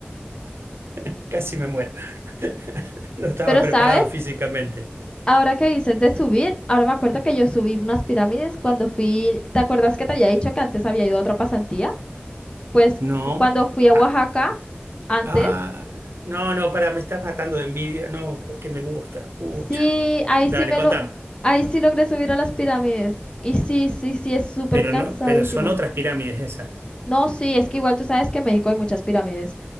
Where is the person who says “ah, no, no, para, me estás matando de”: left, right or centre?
Right